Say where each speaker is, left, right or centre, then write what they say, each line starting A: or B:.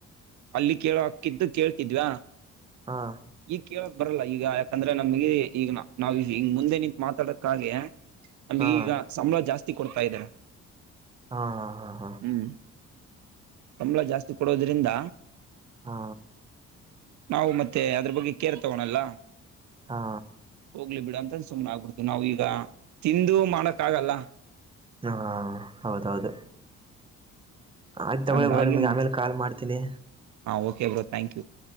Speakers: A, on the right (about 70°); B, on the right (about 15°).
A: ಅಲ್ಲಿ ಕೇಳ ಹಕಿದ್ದು ಕೇಳ್ತಿದ್ವಾ.
B: ಹಾ
A: ಈಗ ಕೇಳಕ್ ಬರಲ್ಲ ಈಗ ಯಾಕಂದ್ರೆ ನಮ್ಗೆ ಈಗ್ ನಾವ್ ಹಿಂಗ್ ಮುಂದೆ ನಿಂತ ಮಾತಾಡಕ್ಕಾಗಿ ಅಲ್ಲಿ
B: ಹಾ
A: ಈಗ ಸಂಬಳ ಜಾಸ್ತಿ ಕೊಡ್ತಾ ಇದ್ದಾರೆ
B: ಹಾ ಹಾ ಹಾ ಹಾ
A: ಹ್ಮ್. ಸಂಬಳ ಜಾಸ್ತಿ ಕೊಡೋದ್ರಿಂದ
B: ಹಾ
A: ನಾವು ಮತ್ತೆ ಅದ್ರ ಬಗ್ಗೆ ಕೇರ್ ತೋಗೋಣಲ್ಲ.
B: ಹಾ
A: ಹೋಗ್ಲಿ ಬಿಡ್ ಅಂತ್ ಸುಮ್ನ ಆಗಿ ಬಿಡ್ತೇವ ನಾವೂ ಈಗ್ ತಿಂದು ಮಾಡಕ್ಕ ಆಗಲ್ಲಾ.
B: ಹಾ ಹೌದೌದು. ಆಯ್ತು ತಗೊ
A: ಹಂಗಾಗಿ
B: ಬ್ರೋ ನಿಮ್ಗೆ
A: ಮತ್
B: ಆಮೇಲೆ ಕಾಲ್ ಮಾಡ್ತೀನಿ.
A: ಹಾ ಓಕೆ ಬ್ರೋ ಥ್ಯಾಂಕ್ ಯು.